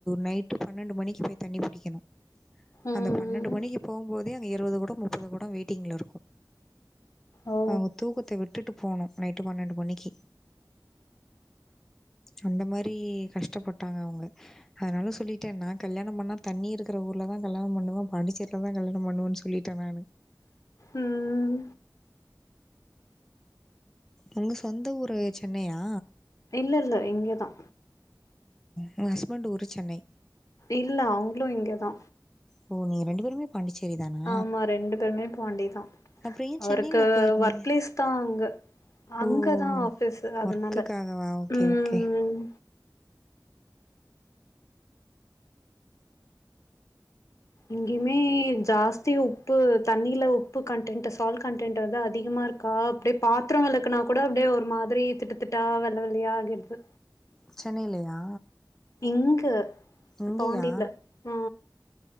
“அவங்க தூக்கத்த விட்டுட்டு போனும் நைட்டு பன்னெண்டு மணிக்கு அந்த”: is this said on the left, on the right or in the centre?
Centre